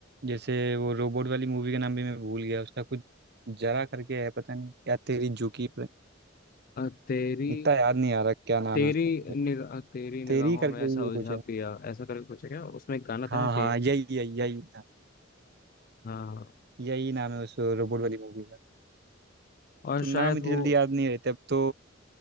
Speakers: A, on the right; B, on the left.
A: जैसे वो रोबोट वाली मूवी का नाम भी मैं भूल गया उसका कुछ जरा करके है पता नहीं या तेरी झुकी पे
B: अ, तेरी
A: इतना याद नहीं आ रहा क्या नाम
B: तेरी
A: है उसका मेरे को।
B: निगाह तेरी निगाहों
A: तेरी करके
B: में ऐसा
A: ही वो
B: उलझा
A: कुछ है
B: पिया ऐसा करके कुछ है क्या उसमें एक गाना
A: हाँ
B: था ना
A: हाँ
B: ते
A: यही यही यही था
B: हाँ हाँ,
A: यही नाम है उस रोबोट वाली मूवी का
B: और
A: तो
B: शायद
A: नाम इतनी
B: वो
A: जल्दी याद नहीं रहते अब तो